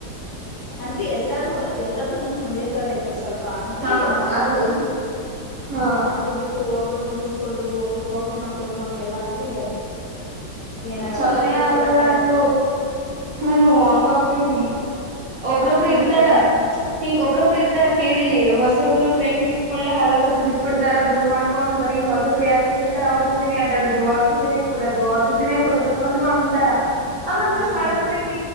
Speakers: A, on the left; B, on the right.
A: ಅಂದ್ರೆ ಎಲ್ಲಾರೂ ಎಲ್ಲಾರ್ದು ಮನ್ಸ ಒಂದೇ ತರ ಇರ್ಬೇಕ್ ಸ್ವಲ್ಪ ಅಂದ್ರೆ
B: ಹಾ
A: ಏನೋ ಆಗತ್ತೆ
B: ಅದು ಹಾ
A: ಹ ಅದು ಬಿಟ್ಟು ಒಬ್ರು ಮುನಿಸಸ್ಕೊಳ್ಳೋದು ಒಬ್ಬ್ರ ಕೋಪ ಮಾಡ್ಕೊಳ್ಳದು ಹಂಗೆಲ್ಲ ಅಂದ್ರೆ ಏನಾಗಲ್ಲ
B: ಚಲೋನೇ
A: ಬರೇ
B: ಆಗಲ್ಲ
A: ಜಗಳಗಳೇ
B: ಅದು
A: ಆತಾವ
B: ಹ್ಮ್ ಹಂಗ ಆಗ್ತತಿ ಒಬ್ರೊಬ್ರು
A: ಒಂದ್
B: ಇರ್ತಾರ ಹಿಂಗ್ ಒಬ್ಬೊಬ್ಬ ಇರ್ತಾರ ಕೇಳಿಲಿ ಹೊಸೊಬ್ರು ಫ್ರೆಂಡ್ ಸಿಕ್ಕ್ಕೊಳ್ಳಳ್ಳೆ ಹ ನ್ ಬಿಟ್ಬ
A: ಹ್ಮ್
B: ಬಿಡ್ತಾರ ದೂರ್ ಮಾಡ್ ಒೊಂದ ಬರಿ ಹೊಸಬರು ಯಾರ್ ಸಿಕ್ಕಿರ್ತಾರ ಅವ್ರ ಜೊತೆನೆ ಅದಡದು ಅವ್ರ ಜೊತೆನೆ ಕೂಡದು ಅವ್ರ ಜೊತೆ ನೇಫೋ ತಕ್ಕೊಂಡ ಅಂದುಾಡ್ತಾರಾ ಅವಾಗ ನಮ್
A: ಹ್ಮ್
B: ಹಳಬ್ರಗ